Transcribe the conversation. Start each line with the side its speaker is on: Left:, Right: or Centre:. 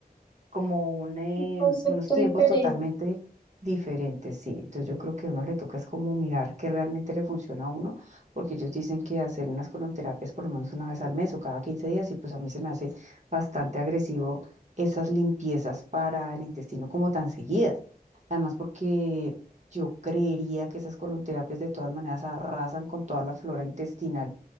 Right: como un, eh,
Left: Un Concepto
Right: unos tiempos
Left: diferente,
Right: totalmente diferentes, sí. Entonces yo creo que a uno le toca es como mirar qué realmente le funciona a uno, porque ellos dicen que hacer unas colonterapias por lo menos una vez al mes o cada 15 días, y pues a mí se me hace bastante agresivo esas limpiezas para el intestino como tan seguidas. Además porque yo creería que esas colonterapias de todas maneras arrasan con toda la flora intestinal,